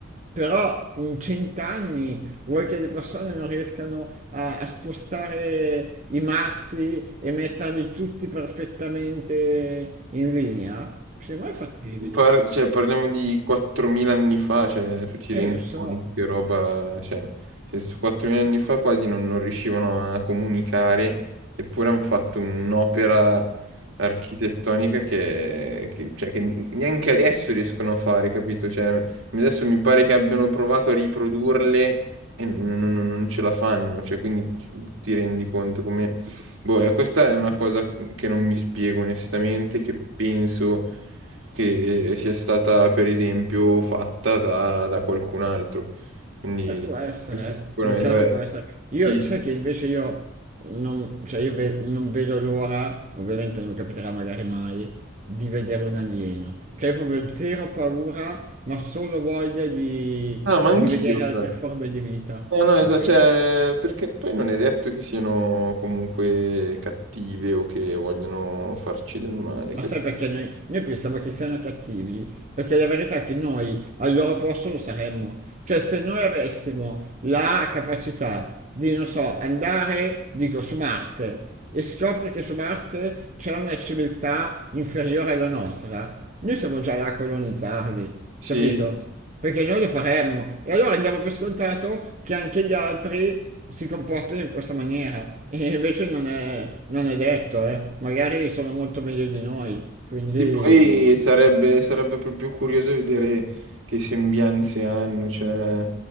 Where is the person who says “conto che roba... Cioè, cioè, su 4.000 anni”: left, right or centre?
Right